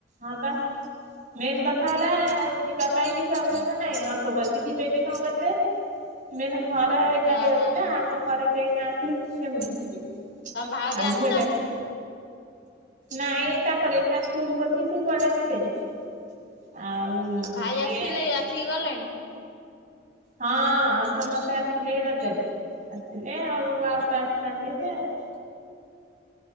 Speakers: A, on the right; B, on the left.
A: ହଁ ବା। ମେନ୍ କଥା ହେଲା ଯିବା ପାଇଁ କିଛି ଅସୁବିଧା ନାହିଁ ଅଟୋ କରିକି ଯିବେ କି କଣ କରିବେ ମେନ୍ ଘର ଏକା
B: ଓହୋ
A: ହେଇଯାଉଛି ନା ଆମ ଘରେ ସେଇ ନାହାନ୍ତି ସେମିତି ଯିବେ
B: ତମ ଭାଉଜ
A: ଆଉ
B: ଆସିନାହାନ୍ତି
A: ଝିଅ ଟା ବି
B: କି?
A: ନାଇଁ ତାଙ୍କର ଏଇଖିନା ସ୍କୁଲ ଖୋଲିଛି ସେ କୁଆଡେ ଆସିବେ ଆଉ
B: ଭାଇ
A: ଇଏ
B: ଆସିଲେ ଆସିକି ଗଲେଣି
A: ହଁ ସମସ୍ତେ ଆସିଲେ ଏଇ ରଜରେ ଆସିଲେ ଆଉ ଆଉ ତ ଆସିନାହାନ୍ତି ଏବେ ଆଉ